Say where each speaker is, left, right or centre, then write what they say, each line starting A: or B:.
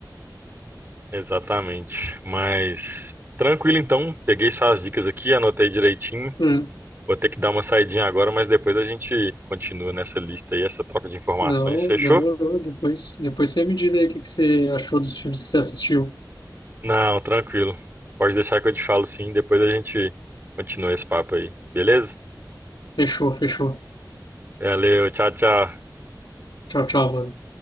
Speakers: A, on the right (about 30°); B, on the left (about 75°).
A: Exatamente. Mas, tranquilo então, peguei suas dicas aqui, anotei direitinho.
B: Hum.
A: Vou ter que dar uma saidinha agora, mas depois a gente continua nessa lista aí, essa troca de informações,
B: Não,
A: fechou?
B: demorou. Depois, depois você me diz aí o que que você achou dos filmes que você assistiu.
A: Não, tranquilo. Pode deixar que eu te falo sim, depois a gente continua esse papo aí, beleza?
B: Fechou, fechou.
A: Valeu, tchau, tchau.
B: Tchau, tchau, mano.